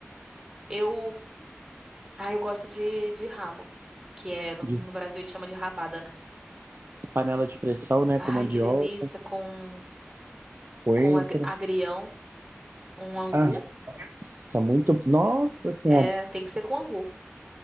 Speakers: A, on the right; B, on the right.
A: Eu. Ah, eu gosto de, de rabo. Que é. No,
B: De
A: no Brasil a gente chama de rabada, né?
B: panela de pressão, né?
A: Ai,
B: Com mandioca,
A: que delícia com
B: coentro.
A: com ag- agrião, um angu.
B: Ah, nossa, muito. Nossa, cara.
A: É, tem que ser com angu.